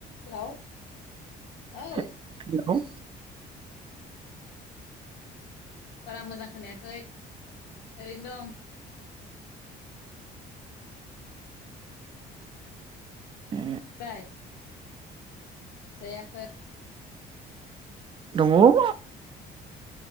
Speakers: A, on the left; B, on the right.
A: Hello. औ
B: हेहेलौ।
A: बारा मोजां खोनायाखै ओरैनो दं।
B: ए
A: नोंलाय? जायाखै।
B: दङ आं